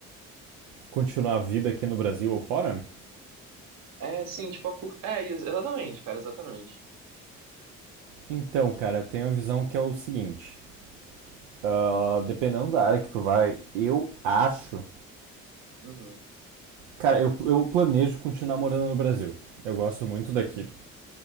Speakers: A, on the right; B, on the right.
A: continuar a vida aqui no Brasil ou fora?
B: É, sim, tipo, a curto. É, ex- exatamente, cara, exatamente.
A: Então, cara, eu tenho a visão que é o seguinte. ah, dependendo da área que tu vai, eu acho.
B: Uhum,
A: Cara, eu, eu planejo continuar morando no Brasil. Eu gosto muito daqui.